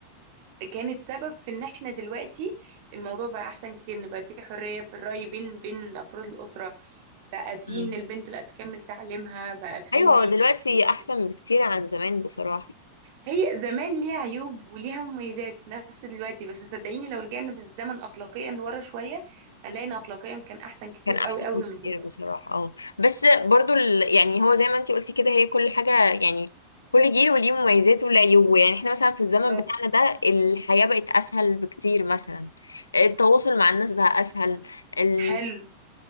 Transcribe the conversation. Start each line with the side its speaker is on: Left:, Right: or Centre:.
Right: كانت سبب في ان احنا دلوقتي الموضوع بقى احسن كتير ان بقى في حرية في الرأي بين بين افراد الأسرة بقى في
Left: مم.
Right: ان البنت لا تكمل تعليمها بقى في
Left: أيوة
Right: ان
Left: هو دلوقتي
Right: ال-
Left: أحسن بكتير عن زمان بصراحة
Right: هي زمان ليها عيوب وليها مميزات نفس دلوقتي بس صدقيني لو رجعنا بالزمن اخلاقيا لورا شوية هنلاقي ان اخلاقيا كان احسن كتير
Left: كان احسن
Right: قوي قوي
Left: بكتير
Right: من دلوقتي
Left: بصراحه اه بس برضو ال... يعني هو زي ما انتي قلتي كده هي كل حاجه يعني كل جيل وليه مميزاته وليه عيوبه يعني احنا مثلا في الزمن
Right: بالظبط
Left: بتاعنا ده الحياه بقت اسهل بكتير مثلا التواصل مع الناس بقى اسهل ال...
Right: حلو